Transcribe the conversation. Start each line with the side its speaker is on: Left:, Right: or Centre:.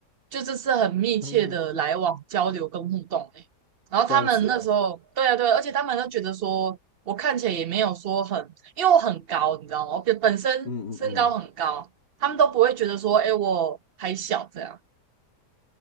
Right: 就这是很密切的来往、
Left: 嗯，
Right: 交流跟互动欸。然后他们那时候，
Left: 这样子哦，
Right: 对啊，对啊而且他们都觉得说我看起来也没有说很，因为我很高，你知道吗？我本本身身高很高，
Left: 嗯嗯嗯，
Right: 他们都不会觉得说，哎，我还小这样，